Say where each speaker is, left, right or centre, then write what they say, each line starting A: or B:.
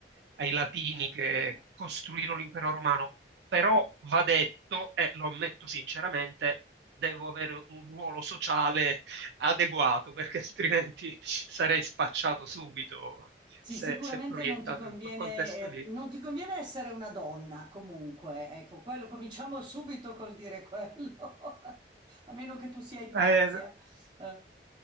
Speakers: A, on the right (about 70°); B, on the right (about 25°).
A: ai latini che
B: Vabbè.
A: costruirono l'impero romano. Però va detto, e lo ammetto sinceramente, devo avere un ruolo sociale adeguato, perché altrimenti sarei spacciato subito
B: Sì,
A: se,
B: sicuramente
A: se proiettato
B: non ti conviene,
A: in quel contesto lì.
B: eh, non ti conviene essere una donna comunque, ecco, quello cominciamo subito col dire quello, <laughs> a meno che tu sia Ipazia.
A: Eh,
B: Eh.